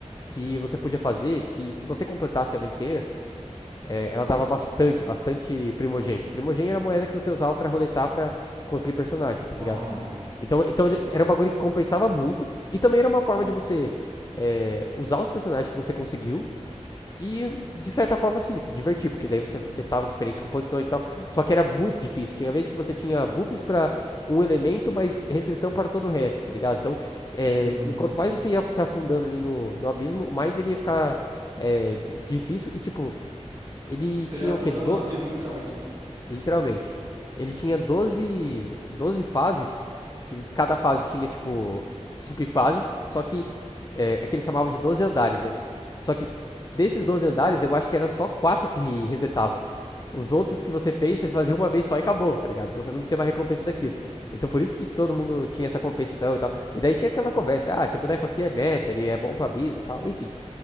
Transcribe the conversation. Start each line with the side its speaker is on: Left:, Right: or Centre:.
Left: que você podia fazer, que se você completasse ela inteira, é, ela dava bastante, bastante primogem. Primogem era a moeda que você usava pra roletar pra conseguir personagem, tá
Right: Ah.
Left: ligado? Então, então era um bagulho que compensava muito, e também era uma forma de você é, usar os personagens que você conseguiu e, de certa forma, sim, se divertir, porque daí você testava diferentes composições e tal. Só que era muito difícil. Tinha vez que você tinha buffs para um elemento, mas restrição para todo o resto, tá ligado? Então, é,
Right: Hum.
Left: e quanto mais você ia se afundando ali no, no abismo, mais ele ia ficar é, di- difícil. E, tipo, ele
Right: Teria
Left: tinha
Right: afundando
Left: o quê? Do-
Right: no abismo, literalmente.
Left: Literalmente. Ele tinha doze doze fases, que cada fase tinha, tipo, subfases, só que é, é que ele chamava de 12 andares, né? Só que desses doze andares, eu acho que era só quatro que resetava. Os outros que você fez, você fazia uma vez só e acabou, tá ligado? Então você não tinha mais recompensa daquilo. Então por isso que todo mundo tinha essa competição e tal. E daí tinha aquela conversa, ah, esse boneco aqui é meta, ele é bom pra abismo e tal, enfim.